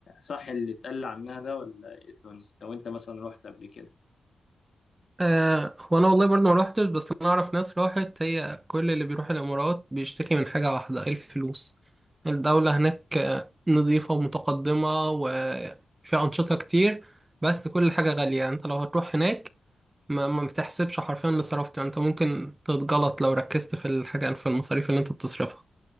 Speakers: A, on the left; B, on the right.
A: صح اللي اتقال عنها ده ولا ايه الدنيا لو انت مثلا رحت قبل كده
B: آه هو أنا والله برضه ما روحتش بس أنا أعرف ناس راحت هي كل اللي بيروح الإمارات بيشتكي من حاجة واحدة إيه الفلوس الدولة هناك آه، نظيفة ومتقدمة وفي أنشطة كتير بس كل حاجة غالية يعني أنت لو هتروح هناك ما ما بتحسبش حرفيا اللي صرفته يعني انت ممكن تتغلط لو ركزت في الحاجة في المصاريف اللي انت بتصرفها